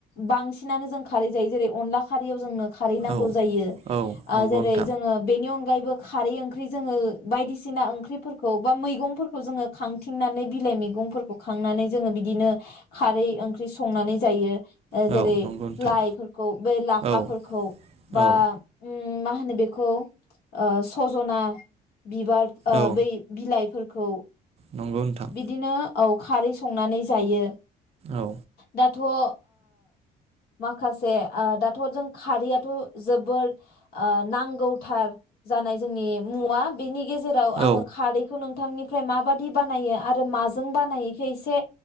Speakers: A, on the left; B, on the right.
A: बांसिनानो जों खारै जायो जेरै- अनला खारैयाव जोंनो खारै नांगौ
B: औ
A: जायो ओ
B: औ नंगौ
A: जेरै-
B: नोंथां
A: जोङो बेनि अनगायैबो खारै ओंख्रि जोङो बायदिसिना ओंख्रिफोरखौ बा मैगंफोरखौ जोङो खांथिंनानै बिलाइ मैगंफोरखौ खांनानै जोङो बिदिनो खारै ओंख्रि संनानै जायो।
B: औ
A: जेरै-
B: नंगौ नोंथां
A: लाइफोरखौ बे लाफाफोरखौ
B: औ
A: बा
B: औ
A: ओम ओम मा होनो बेखौ ओ सजना बिबार ओ
B: औ
A: बै बिलाइफोर खौ
B: नंगौ नोंथां
A: बिदिनो औ खारै संनानै जायो।
B: औ
A: दाथ' ओ माखासे ओ दाथ' जों खारैयाथ' जोबोद ओ नांगौथार जानाय जोंनि मुवा बिनि गेजेराव
B: औ
A: आङो खारैखौ नों थांनिफ्राय माबादि बानायो आरो माजों बानायोखौ एसे